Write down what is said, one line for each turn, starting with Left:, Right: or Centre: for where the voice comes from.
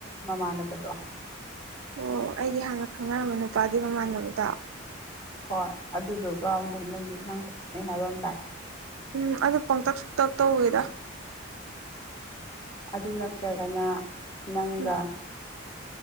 Left: ꯃꯃꯥꯟꯅꯕꯗꯣ
Right: ꯑꯣ ꯑꯩꯗꯤ ꯍꯥꯟꯅ ꯈꯪꯅꯔꯝꯕ ꯅꯨꯄꯥꯒꯤ ꯃꯃꯥꯟꯅꯕꯗꯨꯗ
Left: ꯍꯣꯏ ꯑꯗꯨꯗꯨꯒ ꯑꯃꯨꯨꯛ ꯅꯪꯗꯤ ꯏꯥꯡ ꯇꯧꯊꯠꯅꯩ ꯍꯥꯏꯕ ꯑꯃ ꯇꯥꯏ
Right: ꯎꯝ ꯑꯗꯨ ꯄꯛꯇꯛ ꯁꯨꯡꯇꯛ ꯇꯧꯏꯗ
Left: ꯑꯗꯨ ꯅꯠꯇ꯭ꯔꯒꯅ ꯅꯪꯒ
Right: ꯎꯝ